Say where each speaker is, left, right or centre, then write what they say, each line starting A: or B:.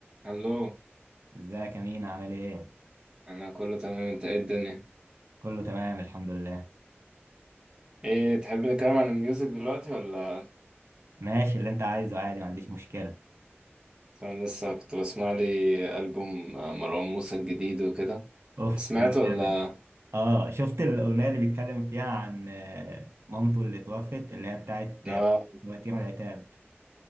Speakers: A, on the right; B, on the right.
A: الو
B: ازيك يا مين عامل ايه؟
A: انا كله تمام انت ايه الدنيا
B: كله تمام الحمد لله
A: ايه تحب نتكلم عن الميوزك دلوقتي ولا
B: ماشي اللي انت عايزه عادي ما عنديش مشكلة
A: عشان انا لسه كنت بسمع لي البوم آه، مروان موسى الجديد وكده
B: اوف
A: سمعته
B: ده
A: ولا
B: جامد اه شفت الأغنية اللي بيتكلم فيها عن آه، مامته اللي توفت اللي هي بتاعت آه،
A: اه
B: وتيرة العتاب